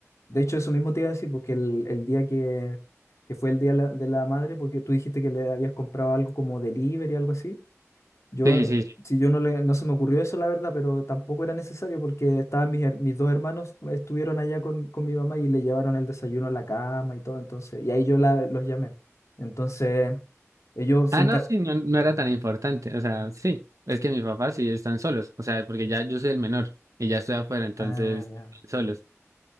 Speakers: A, on the left; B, on the right.
A: De hecho, eso mismo te iba a decir, porque el, el día que, que fue el día de la, de la madre, porque tú dijiste que le habías comprado algo como delivery, algo así. Yo,
B: Sí, sí. sí.
A: si yo no le, no se me ocurrió eso, la verdad, pero tampoco era necesario porque estaban mis, her- mis dos hermanos, eh, estuvieron allá con, con mi mamá y le llevaron el desayuno a la cama y todo, entonces, y ahí yo la, los llamé. Entonces, ellos
B: Ah,
A: se encar...
B: no, sí, no, no era tan importante. O sea, sí, es que mis papás sí están solos. O sea, porque ya yo soy el menor y ya estoy afuera, entonces
A: Ah, ya.
B: solos.